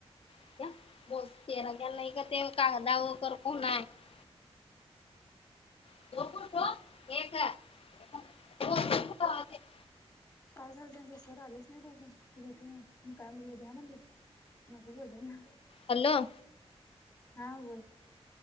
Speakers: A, on the left; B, on the left.
A: <unintelligible> <unintelligible>
B: काय झाल नाही सर आलेच नाही अजून? भेटू ना मग काय बोले घ्या म्हणले नको बोलले ना?
A: हॅलो
B: हा बोल